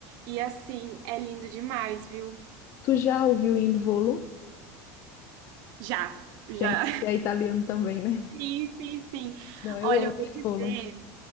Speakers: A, on the right; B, on the left.
A: E assim, é lindo demais, viu?
B: Tu já ouviu Il Volo,
A: Já. Já.
B: que é, que é italiano também, né?
A: Sim, sim, sim.
B: Não, eu
A: Olha,
B: amo
A: eu vou
B: Il
A: dizer
B: Volo.